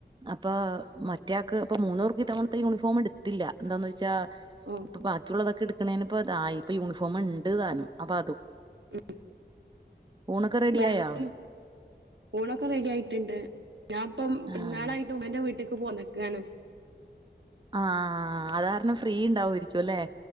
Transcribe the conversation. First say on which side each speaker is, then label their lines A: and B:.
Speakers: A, on the right; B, on the right.
A: അപ്പൊ മറ്റയാക്ക് <unintelligible> തവണത്തെ യൂണിഫോം എടുത്ത ട്ത്തില്ല, എന്താന്ന് വെച്ചാ
B: ഓ
A: ഇപ്പൊ ബാക്കിയുള്ളതൊക്കെ എടുക്കണേന് ഇപ്പതായി, ഇപ്പൊ യൂണിഫോമ് ഇണ്ട് താനും അപ്പോ
B: ഹ്മ്മ്
A: ഊണൊക്കെ റെഡിയായോ
B: ബാഗും, ഊണൊക്കെ റെഡി ആയിട്ടുണ്ട് ഞാൻ ഇപ്പം പെരുന്നാളായിട്ടും
A: ആഹ്
B: എന്റെ വീട്ടിക്ക് പ്പം പോന്നെക്കാണ്.
A: ആഹ് അത് കാരണം ഫ്രീ ഉണ്ടാകുവായിരിക്കുലെ.